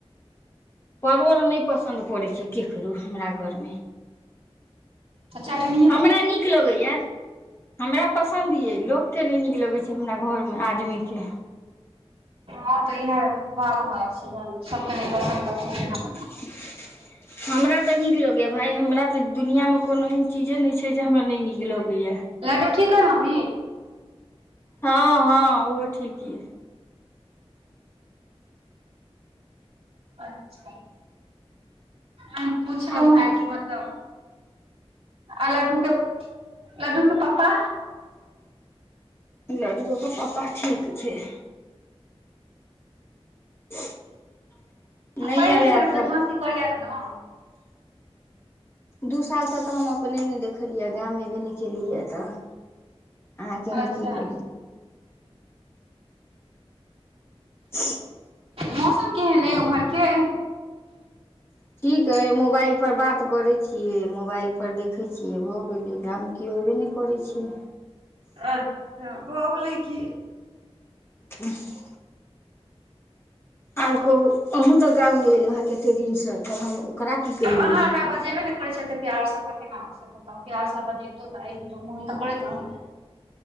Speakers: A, on the left; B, on the right.
A: परोर नहि पसन्द पड़ैत छैय केकरो हमरा घरमे।
B: तऽ चटनी
A: हमरा नीक लगैया। हमरा पसन्द यइ लोककेँ नहि नीक लगैत छैय हमरा घरमे आदमीके।
B: हँ तऽ इहे बात भऽ जाय छै सबके नहि पसन्द परे छैय।
A: <inaudible> हमरा तऽ नीक लगैए भाय हमरा तऽ दुनिआँमे कोनो एहन चीजे नहि छैय जे हमरा नहि नीक लगैए।
B: लड्डू ठीक हव मम्मी?
A: हँ हँ ओहो ठीक ये।
B: अचछा हम पुछलहु
A: आओर
B: हेँ
A: कहू
B: कि मतलब आ लड्डू के लड्डू के पापा
A: लड्डू ओ के पापा ठीक छैय। <unintelligible>
B: पहिले
A: आयल
B: जेना
A: एखन
B: बदमासी करैया अखनो?
A: दू सालसँ तऽ हम अपने नहि देखलियै गाम अयबे नहि केलैए तऽ। अहाँके हम
B: अच्छा
A: की कहु। <unintelligible>
B: मौसम केहन हइ उम्हर के?
A: ठीक अइ मोबाइलपर बात करैत छियै मोबाइल परर देखैत छियै भऽ गेलियै दाम की। केओ ऐबे नहि करै छैय।
B: अच्छा भऽ गेलै की।
A: ह आओर कहू अहु तऽ गाम नहि एलहुँ हेँ कतेक दिनसँ तऽ हम ओकरा की कहियै
B: ब अहाँ हमरा बजेबै ने करय छी त प्यार सब तऽ केना प्यार बजतो तऽ ए मोन तऽ करैत रहलय।